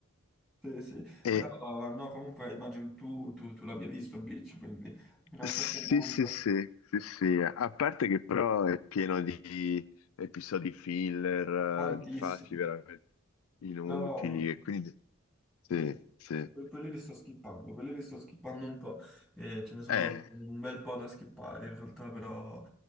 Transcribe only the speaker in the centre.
Sì, sì.
Però no, comunque immagino tu, tu, tu l'abbia visto Bleach, quindi fino
a un certo punto,
tantissimo.
Però
Eh,
que- Quelli li sto skippando, quelli li sto skippando un po', Eh, ce ne sono
un bel po' da skippare in realtà, però